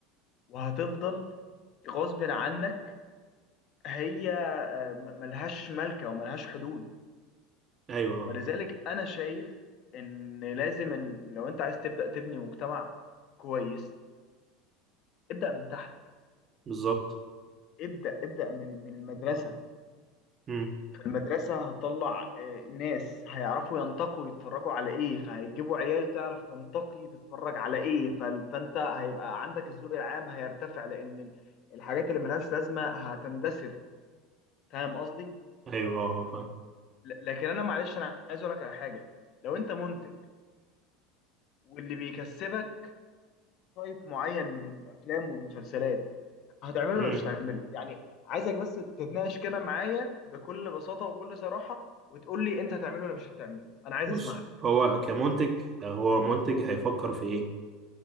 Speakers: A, on the left; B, on the right.
A: وهتفضل غصب عنك هي آه، م- ملهاش ملكه وملهاش حدود
B: ايوه
A: ولذلك
B: آه،
A: انا شايف ان لازم إن لو انت عايز تبدا تبني مجتمع كويس ابدا من تحت
B: بالظبط
A: ابدا ابدا من من المدرسه
B: امم
A: فالمدرسه هتطلع آه، ناس هيعرفوا ينتقوا يتفرجوا على ايه فهيجيبوا عيال تعرف تنتقي تتفرج على ايه فال- فانت هيبقى عندك الذوق العام هيرتفع لان ال- الحاجات اللي ملهاش لازمه هتندثر فاهم قصدي
B: ايوه اه آه، فاهم
A: ل- لكن انا معلش انا عايز اقول لك على حاجه لو انت منتج واللي بيكسبك تايب معين من الافلام والمسلسلات هتعمله
B: امم
A: ولا مش هتعمله يعني عايزك بس تتناقش كده معايا بكل بساطه وكل صراحه وتقول لي انت هتعمله ولا مش هتعمله انا عايز
B: بص
A: اسمعك
B: هو كمنتج آه، هو منتج هيفكر في ايه